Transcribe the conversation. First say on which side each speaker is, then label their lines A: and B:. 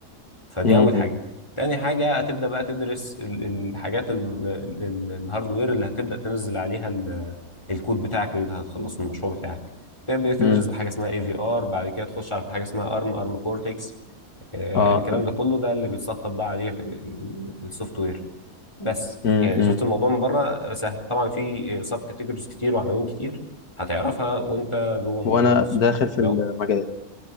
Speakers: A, on the left; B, on the left.
A: فدي
B: امم
A: اول حاجه تاني حاجه هتبدا بقى تدرس ال- الحاجات ال- ال- ال- الهاردوير اللي هتبدا تنزل عليها ال- الكود بتاعك اللي انت هتخلصه من المشروع بتاعك تبدا تدرس
B: امم
A: بحاجه اسمها اي في ار بعد كده تخش على حاجه اسمها ارم ارم كورتكس الكلام
B: اه
A: ده كله ده اللي بيتسطب بقى عليه السوفت وير بس
B: امم
A: يعني
B: امم.
A: شفت الموضوع من بره آه، سهل طبعا في سب كاتيجوريز كتير وعناوين كتير هتعرفها وانت جوه الموضوع
B: وانا
A: نفسه
B: داخل في
A: لو
B: المجال